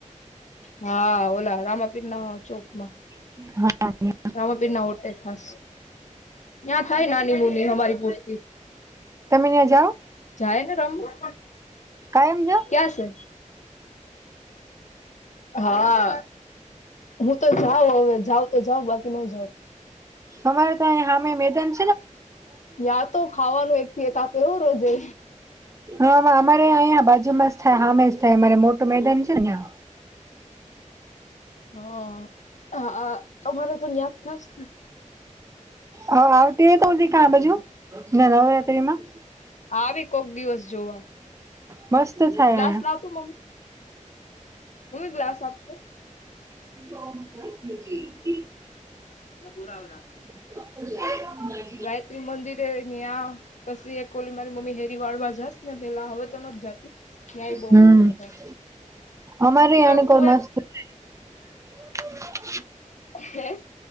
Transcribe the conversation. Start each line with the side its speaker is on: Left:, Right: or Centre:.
Left: હા ઓલા રામાપીર ના ચોક માં.
Right: હા
Left: આમ પી ના હોટે ખસ. યાં થાય નાની મુની હમારી પૂરતી.
Right: તને જાઓ?
Left: જાય ને રમું
Right: કાયમ જાઓ
Left: ક્યાં છે? હા હું તો જાઉ હવે જાઉ તો જાઉ બ ન જાવ.
Right: અમારે તો હમે મેદન
Left: યા તો ખાવાનું એક થી એક આપે એવું રોજે.
Right: હા અમારે અહીંયા બાજુમાં જ થાય હામેશ થાય અમારે મોટું મેદાન છે નેં.
Left: હા હા તમારે તો ન્યાદ થ ને.
Right: હ આવતી તો ક બાજુ નવરાત્રીમાં.
Left: આવે કોક દિવસ જોવા.
Right: મસ્ત થાય.
Left: ગ્લાસ
Right: અહીંયા.
Left: લાવતો મમ્મી મમી ગ્લાસ આપતો.
Right: બ સર જજીી
Left: ન પુરા આવે રાખશે.
Right: <unintelligible>
Left: ગાયત્રી મંદિર ત્યાં પછી એક કોલી મારી મમ્મી હેરી વાળવા જસ ને પેલા હવે તો ન જતી. ત્યાંય બહ
Right: હમ
Left: મસ્ત થ
Right: અમારે
Left: ઈ
Right: આણકોર
Left: લોકો
Right: મસ્ત <inaudible>
Left: હે